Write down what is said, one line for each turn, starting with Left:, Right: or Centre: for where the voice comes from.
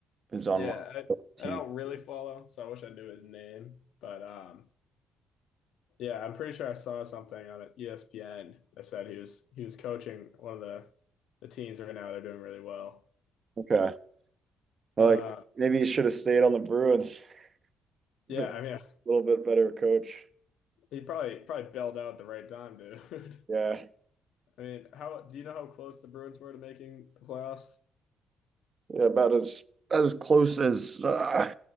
Right: is on
Left: yeah,
Right: one
Left: I,
Right: team.
Left: I don't really follow, so I wish I knew his name. But um, yeah, I'm pretty sure I saw something on ESPN that said he was he was coaching one of the the teams right now. They're doing really well.
Right: Okay. Well,
Left: Uh,
Right: like maybe he should have stayed on the Bruins. <laughs>
Left: yeah,
Right: A
Left: I mean,
Right: little bit better coach.
Left: he probably probably bailed out at the right time, dude.
Right: Yeah.
Left: <laughs> I mean, how do you know how close the Bruins were to making the playoffs?
Right: Yeah, about as as close as uh,